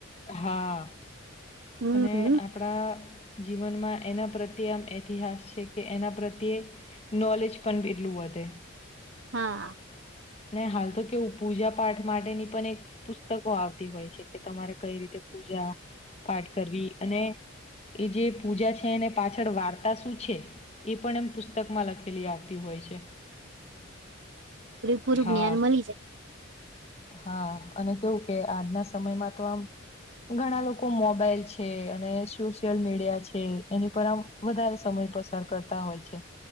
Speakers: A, on the left (about 30°); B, on the right (about 60°).
A: હા
B: હમ
A: અને આપડા જીવનમાં એના પ્રત્યે આમ ઐતિહાસક કે એના પ્રત્યે નોલેજ પણ એટલું વધે
B: હા
A: ને હાલ તો કેવું પૂજા પાઠ માટેની પણ એક પુસ્તકો આવતી હોય છે કે તમારે કઈ રીતે પૂજા પાઠ કરવી અને એ જે પૂજા છે એને પાછળ વાર્તા શું છે એ પણ એમ પુસ્તકમાં લખેલી આવતી હોય છે.
B: પૂરું
A: હા
B: જ્ઞાન મલી જાય
A: હા અને કેવું કે આજના સમયમાં તો આમ ઘણા લોકો મોબાઈલ છે અને સોશિયલ મીડિયા છે એની પર આમ વધારે સમય પાસાર કરતા હોય છે